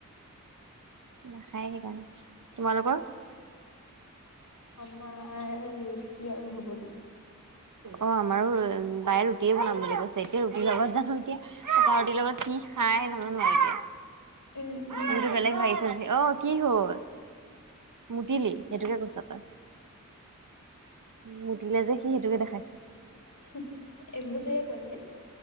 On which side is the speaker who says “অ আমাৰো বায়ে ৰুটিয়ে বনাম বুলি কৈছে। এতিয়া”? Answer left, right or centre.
Right